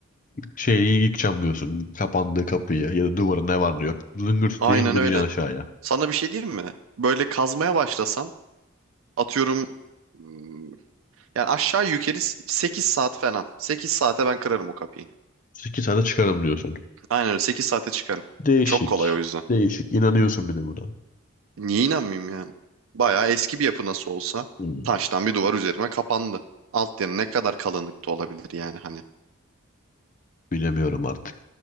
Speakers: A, on the left; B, on the right.
A: şeyi yıkacağım diyorsun. Kapandığı kapıyı ya da duvarı ne var ne yok. Zıngırt
B: Aynen
A: diye indireceksin
B: öyle.
A: aşağıya.
B: Sana bir şey diyeyim mi? Böyle kazmaya başlasam atıyorum hmm, yani aşağı yukarı 8 saat falan. 8 saate ben kırarım o kapıyı.
A: İki tane çıkarım diyorsun.
B: Aynen öyle 8 saate çıkarım.
A: Değişik.
B: Çok kolay o yüzden.
A: Değişik. İnanıyorsun bir de buna.
B: Niye inanmayayım yani? Bayağı eski bir yapı nasıl olsa
A: Hmm.
B: taştan bir duvar üzerime kapandı. Alt yanı ne kadar kalınlıkta olabilir yani hani.
A: Bilemiyorum artık.